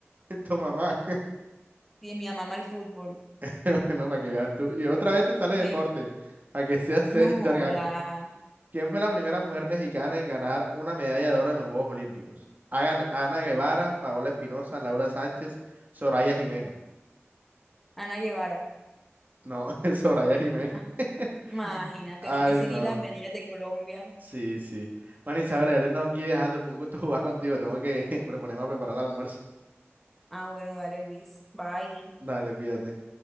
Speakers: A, on the right; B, in the centre.
A: <laughs> Tu mamá.
B: Y mi mamá ama el fútbol.
A: <laughs> Bueno, para que veas tú. Y otra vez te sale deporte.
B: Me-
A: A que sea serio
B: no
A: y
B: joda.
A: te organices. ¿Quién fue la primera mujer mexicana en ganar una medalla de oro en los Juegos Olímpicos? Hagan- Ana Guevara, Paola Espinosa, Laura Sánchez, Soraya Jiménez.
B: Ana Guevara.
A: No, <laughs> es Soraya Jiménez.
B: Ah,
A: <laughs>
B: Imagínate,
A: Ay,
B: no me sé
A: no.
B: ni las medallas de Colombia.
A: Sí, sí. Bueno, Isabela, ya te tengo que ir dejando. Fue un gusto <laughs> jugar contigo. Tengo que <laughs> proponerme a preparar el almuerzo.
B: Ah, bueno, dale, Luis. Bye.
A: Dale, cuídate.